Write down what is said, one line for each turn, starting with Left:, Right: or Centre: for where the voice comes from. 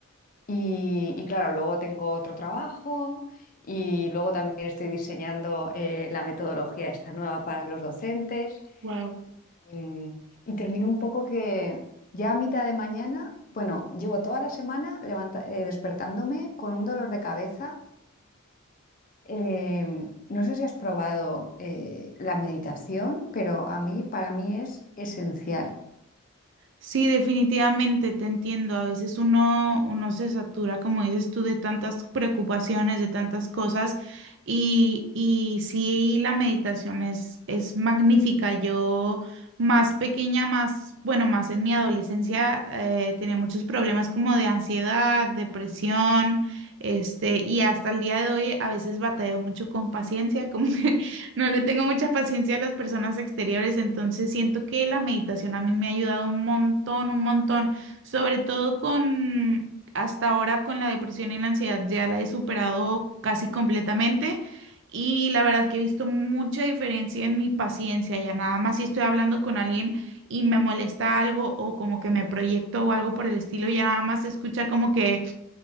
Left: Y, y claro, luego tengo otro trabajo y luego también estoy diseñando eh, la metodología esta nueva para los docentes.
Right: Wow.
Left: Y, y termino un poco que ya a mitad de mañana, bueno, llevo toda la semana levanta- eh, despertándome con un dolor de cabeza. Eh, no sé si has probado eh, la meditación, pero a mí, para mí es esencial.
Right: Sí, definitivamente te entiendo. A veces uno, uno se satura, como dices tú, de tantas preocupaciones, de tantas cosas. Y, y sí, la meditación es, es magnífica. Yo más pequeña, más, bueno, más en mi adolescencia, eh, tenía muchos problemas como de ansiedad, depresión, este, y hasta el día de hoy a veces batallo mucho con paciencia, <laughs> como que no le tengo mucha paciencia a las personas exteriores, entonces siento que la meditación a mí me ha ayudado un montón, un montón, sobre todo con hasta ahora con la depresión y la ansiedad, ya la he superado casi completamente y la verdad que he visto mucha diferencia en mi paciencia, ya nada más si estoy hablando con alguien y me molesta algo o como que me proyecto o algo por el estilo, ya nada más se escucha como que,